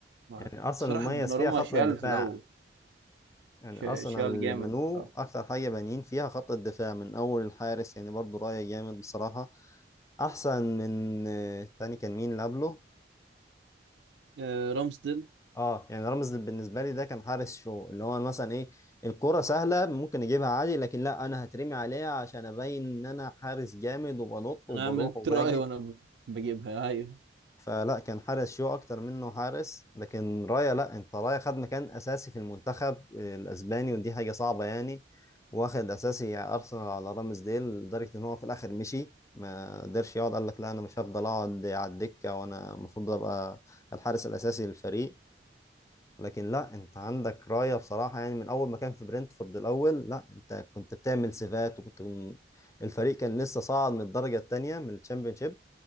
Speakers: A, on the right; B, on the left.
A: ما-
B: يعني ارسنال
A: بصراحة
B: مميز
A: الدوناروما
B: فيها خط
A: شال
B: الدفاع
A: في الأول
B: يعني
A: ش-
B: ارسنال
A: شال
B: اللي
A: جامد
B: بنوه
A: اه
B: اكتر حاجه بانيين فيها خط الدفاع من اول الحارس يعني برضو رايه جامد بصراحه احسن من آه، تاني كان مين اللي قبله
A: آه، رامسديل
B: اه يعني رامز بالنسبه لي ده كان حارس شو اللي هو مثلا ايه الكره سهله ممكن اجيبها عادي لكن لا انا هترمي عليها عشان ابين ان انا حارس جامد وبنط وبروح
A: أنا عملت
B: وباجي
A: <laughs> رأي وأنا ب- بجيبها أيوه
B: فلا كان حارس شو اكتر منه حارس لكن رايا لا انت رايا خد مكان اساسي في المنتخب الاسباني ودي حاجه صعبه يعني واخد اساسي ارسنال على رامز ديل لدرجه ان هو في الاخر مشي ما قدرش يقعد قال لك لا انا مش هفضل اقعد على الدكه وانا المفروض ابقى الحارس الاساسي للفريق لكن لا انت عندك رايا بصراحه يعني من اول ما كان في برنتفورد الاول لا انت كنت بتعمل سيفات وكنت الفريق كان لسه صاعد من الدرجه الثانيه من الشامبيونشيب